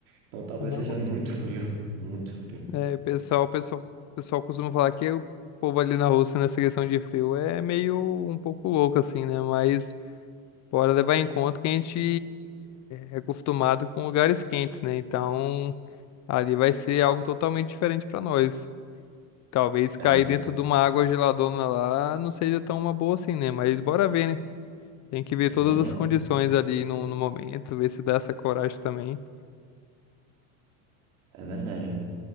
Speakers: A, on the right; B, on the left.
A: então talvez
B: É na
A: seja
B: Rússia.
A: muito frio, <laughs> muito frio.
B: É, o pessoal, o pessoal, o pessoal costuma falar que o povo ali na Rússia nessa questão de frio é meio um pouco louco, assim, né? Mas bora levar em conta que a gente é é acostumado com lugares quentes, né? Então ali vai ser algo totalmente diferente pra nós. Talvez
A: É
B: cair
A: verdade,
B: dentro de uma água geladona lá não seja tão uma boa assim, né? Mas bora ver, né? Tem que ver
A: é
B: todas
A: verdade,
B: as condições ali no, no momento, ver se dá essa coragem também.
A: é verdade.